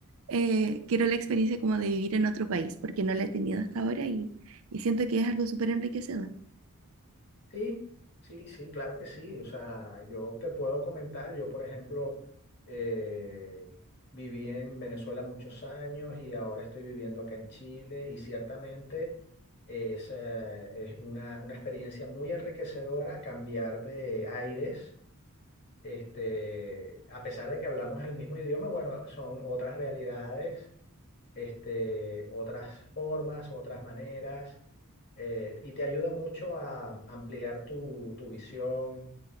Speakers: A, on the right; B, on the left.
A: eh, quiero la experiencia como de vivir en otro país, porque no la he tenido hasta ahora y, y siento que es algo súper enriquecedor.
B: Sí, sí, sí, claro que sí. O sea, yo te puedo comentar, yo por ejemplo eh, viví en Venezuela muchos años y ahora estoy viviendo acá en Chile y ciertamente es, eh, es una, una experiencia muy enriquecedora cambiar de aires. Este, a pesar de que hablamos el mismo idioma, bueno, son otras realidades este, otras formas, otras maneras, eh, y te ayuda mucho a ampliar tu, tu visión